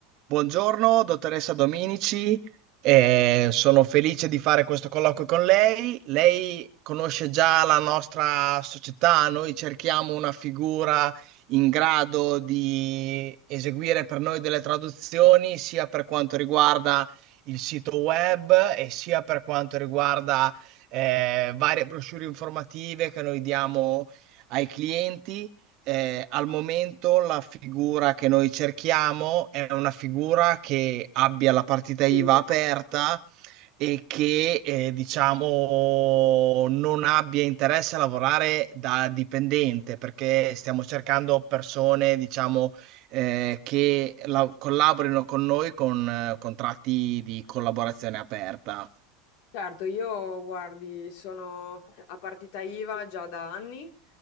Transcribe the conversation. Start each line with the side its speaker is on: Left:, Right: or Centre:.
Right: Buongiorno, dottoressa Dominici, eh, sono felice di fare questo colloquio con lei. Lei conosce già la nostra società, noi cerchiamo una figura in grado di eseguire per noi delle traduzioni, sia per quanto riguarda il sito web e sia per quanto riguarda eh, varie brochure informative che noi diamo ai clienti eh, al momento la figura che noi cerchiamo è una figura che abbia la partita IVA
Left: Sì.
Right: aperta e che eh, diciamo non abbia interesse a lavorare da dipendente, perché stiamo cercando persone, diciamo, eh, che la- collaborino con noi con eh, contratti di collaborazione aperta.
Left: Certo, io guardi, sono a partita IVA già da anni,